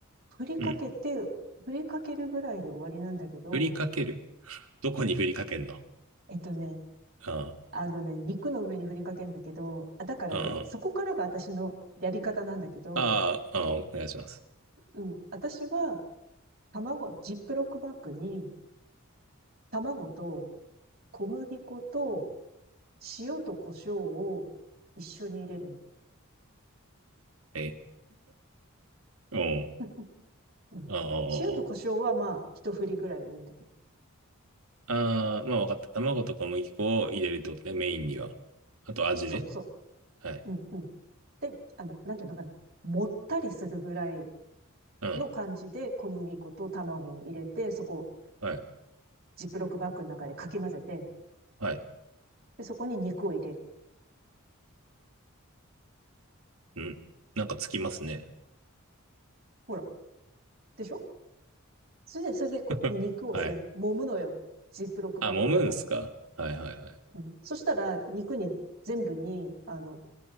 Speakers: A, on the right; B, on the right.
A: 振りかけて、
B: うん。
A: 振りかけるぐらいで終わりなんだけど、
B: 振りかける。どこに振りかけんの
A: えっとね、
B: あ
A: あのね、肉の上に振りかけんだけど、あだからね、
B: ー、あー、
A: そこからが私のやり方なんだけど、
B: あー、あーお願いします。
A: うん、私は卵、ジップロックバッグに卵と小麦粉と塩と胡椒を一緒に入れるの。
B: え、うん。
A: <laughs> うん、
B: あーあ
A: 塩と胡椒はまあ、
B: ー、
A: 一振りぐらいでいいんだけど。
B: あーあー、まあわかった。卵と小麦粉を入れるってことね、メインには。あと味ね。
A: そうそ
B: はい。
A: う。うん、うん。で、あの、なんていうのかな。もったりするぐらい
B: うん。
A: の感じで小麦粉と卵を入れて、そこを
B: はい。
A: ジップロックバッグの中でかき混ぜて、
B: はい。
A: で、そこに肉を入れる。
B: うん。なんかつきますね。
A: ほら。でしょそれで、それでこう、
B: <laughs>
A: 肉を全揉むのよ。
B: はい。
A: ジップロックバッグの中で。
B: あ、揉むんすかはいはいはい。
A: うん。そしたら、肉に、全部に、あの、